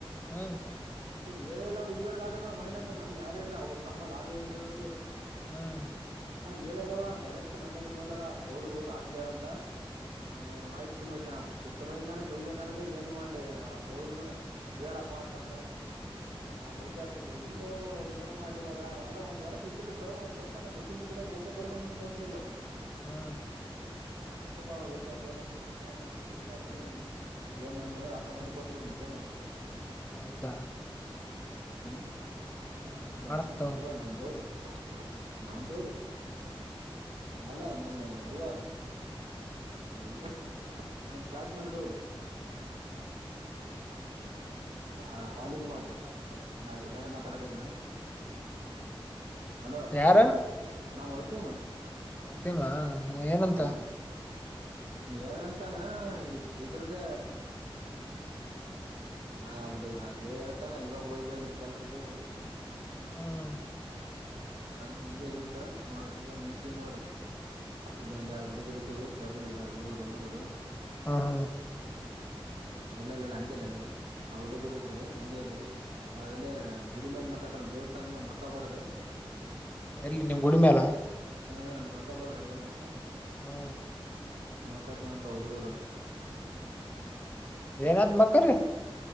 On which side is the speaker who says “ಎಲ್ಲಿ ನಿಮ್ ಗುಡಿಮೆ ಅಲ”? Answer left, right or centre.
Left